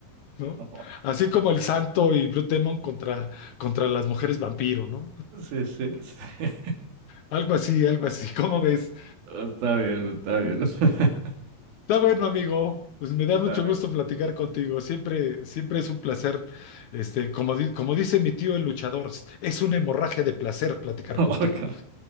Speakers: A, on the left; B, on the right.
A: ¿no?
B: No.
A: Así como el Santo y Blue Demon contra, contra las mujeres vampiro, ¿no?
B: Sí, sí, sí. <laughs>
A: Algo así, algo así, <laughs> ¿cómo ves?
B: Está bien, está bien. <laughs>
A: Está bueno, amigo. Pues me da mucho
B: Dale.
A: gusto platicar contigo. Siempre, siempre es un placer, este, como, di- como dice mi tío el luchador, es una hemorragia de placer platicar
B: <laughs>
A: contigo.